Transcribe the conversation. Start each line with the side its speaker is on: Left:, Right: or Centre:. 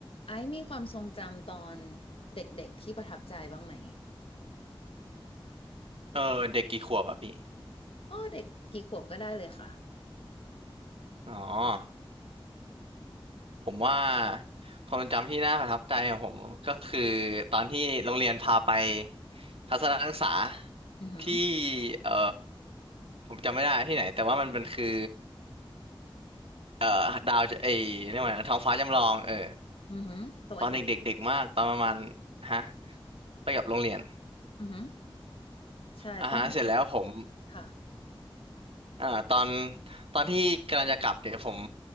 Left: ไอซ์มีความทรงจำตอนเด็กๆที่ประทับใจบ้างไหม
Right: เออเด็กกี่ขวบอ่ะพี่
Left: อ๋อเด็กกี่ขวบก็ได้เลยค่ะ
Right: อ๋อผมว่าความทรงจำที่น่าประทับใจของผมก็คือตอนที่โรงเรียนพาไปทัศนศึกษา
Left: อือหือ
Right: ที่เออผมจำไม่ได้ที่ไหนแต่ว่ามันเป็นคือเออดาวจะไอเรียกว่าไงนะท้องฟ้าจำลองเออ
Left: อือหือตรงเอกมัย
Right: ตอนเด็กๆเด็กมากตอนประมาณฮะไปกับโรงเรียน
Left: อือหือใช่ต้อง
Right: อ่าฮะเสร็จแล้วผม
Left: ค่ะ
Right: อ่าตอนตอนที่กำลังจะกลับเนี่ยผม